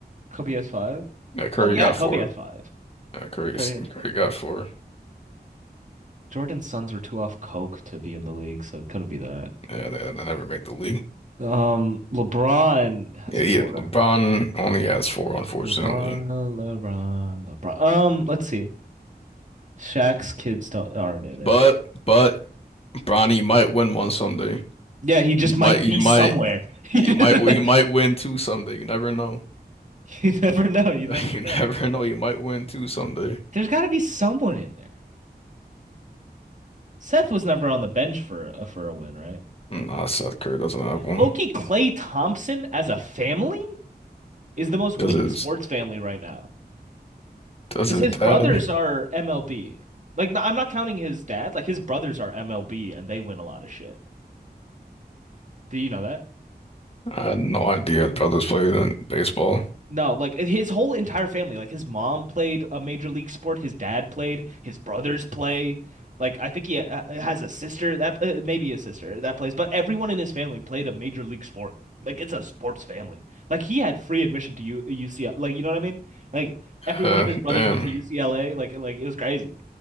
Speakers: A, on the right (about 45°); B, on the left (about 35°).
A: Kobe has five.
B: Yeah, Curry
A: Well, yeah,
B: got
A: Kobe
B: four.
A: has five.
B: Yeah, Curry,
A: Curry has
B: Curry
A: four.
B: got four.
A: Jordan's sons were too off coke to be in the league, so it couldn't be that.
B: Yeah, they, they never made the league.
A: Um, LeBron has
B: Yeah,
A: four.
B: yeah, LeBron only has four, unfortunately.
A: LeBron, LeBron, LeBron. Um, let's see. Shaq's kids don't aren't in it.
B: But but Bronny might win one someday.
A: Yeah, he just
B: He might,
A: might
B: he
A: be
B: might,
A: somewhere.
B: he might,
A: <laughs>
B: he might win two someday. You never know.
A: You never know. You
B: <laughs>
A: never
B: You never
A: know.
B: know. You might win two someday.
A: There's got to be someone in there. Seth was never on the bench for for a win, right?
B: Mm, Nah, Seth Curry doesn't have one.
A: Loki Clay Thompson as a family is the most winning
B: Does his
A: sports family right now
B: does
A: because
B: his
A: his
B: dad?
A: brothers are MLB. Like, i I'm not counting his dad. Like, his brothers are MLB and they win a lot of shit. Do you know that?
B: I had no idea his brothers played in baseball.
A: No, like eh, his whole entire family, like his mom played a major league sport, his dad played, his brothers play. Like I think he uh, uh, has a sister that uh, maybe a sister that plays, but everyone in his family played a major league sport. Like it's a sports family. Like he had free admission to U UCLA. Like you know what I mean? Like every
B: Yeah,
A: one of his brothers
B: damn.
A: went to UCLA. Like like it was crazy.